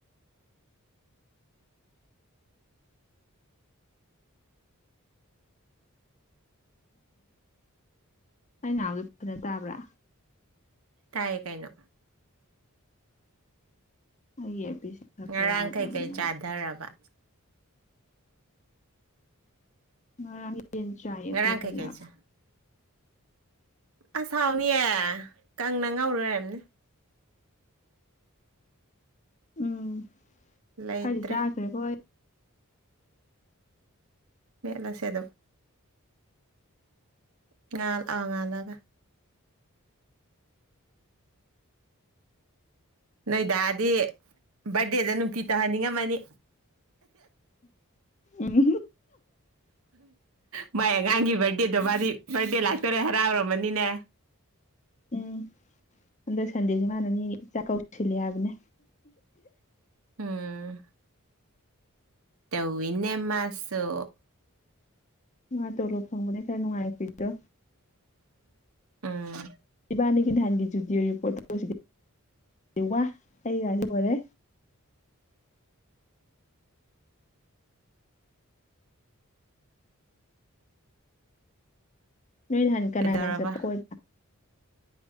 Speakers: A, on the left (about 35°); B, on the right (about 70°).
A: ꯑꯩ ꯉꯥꯡꯕꯗꯨ ꯐꯖꯟ ꯇꯥꯕ꯭ꯔꯥ
B: ꯇꯥꯏꯌꯦ ꯀꯩꯅꯣ
A: ꯑꯩꯒꯤ ꯏꯌꯥꯔꯄꯤꯁ ꯈꯔ
B: ꯉꯔꯥꯡ
A: ꯈꯔ ꯌꯥꯗ꯭ꯔꯕꯅꯦꯕ
B: ꯀꯩ ꯀꯩ ꯆꯥꯗꯔꯕ
A: ꯉꯔꯥꯡ ꯌꯦꯟ ꯆꯥꯏꯌꯦ
B: ꯉꯔꯥꯡ
A: ꯀꯣꯏꯂ
B: ꯀꯩꯀꯩ ꯆꯥ ꯑꯁ ꯍꯥꯎꯅꯤꯌꯦ ꯀꯪꯅ ꯉꯧꯔꯨꯑꯣꯝꯔꯝꯅꯦ
A: ꯎꯝ
B: ꯂꯩꯇ꯭ꯔꯦ
A: ꯈꯔꯗꯤ ꯆꯥꯈ꯭ꯔꯦꯕꯣ ꯑꯩ
B: ꯃꯦꯠꯂꯁꯦ ꯑꯗꯨꯝ ꯉꯜ ꯑ ꯉꯥꯂꯒ
A: <inaudible>
B: ꯅꯣꯏꯗꯥꯗꯤ ꯕꯥꯔꯗꯦꯗ ꯅꯨꯡꯇꯤ ꯇꯥꯍꯟꯅꯤꯡꯉꯝꯃꯅꯤ
A: ꯑꯝꯍꯝ
B: ꯃꯥꯏ ꯑꯉꯥꯡꯒꯤ ꯕꯥꯔꯗꯦꯗꯣ ꯃꯥꯗꯤ ꯕꯥꯔꯗꯦ ꯂꯥꯛꯇꯣꯔꯦ ꯍꯔꯥꯎꯔꯝꯃꯅꯤꯅꯦ
A: ꯎꯝ ꯍꯟꯗꯛ ꯁꯟꯗꯦꯗꯤ ꯃꯥꯟꯅ ꯃꯤ ꯆꯥꯛ ꯀꯧ ꯇꯤꯜꯂꯤ ꯍꯥꯏꯕꯅꯦ
B: ꯎꯝ ꯇꯧꯋꯤꯅꯦ ꯃꯥꯁꯨ
A: ꯃꯥ ꯇꯣꯂꯣꯞ ꯐꯪꯕꯗꯩ ꯈꯔ ꯅꯨꯡꯉꯥꯏ ꯄꯤꯇꯣ
B: ꯎꯝ
A: ꯏꯕꯥꯅꯤꯒꯤ ꯅꯍꯥꯟꯒꯤ ꯖꯨꯗꯤꯑꯣꯒꯤ ꯄꯣꯇꯣ ꯑꯁꯤꯗꯤ ꯋꯥ ꯑꯩꯒꯁꯤ ꯑꯣꯏꯔꯦ ꯅꯣꯏ ꯅꯍꯥꯟ ꯀꯅꯥꯅꯥ
B: ꯀꯩꯗꯧꯔꯕ
A: ꯆꯠꯞ ꯑꯣꯏꯕ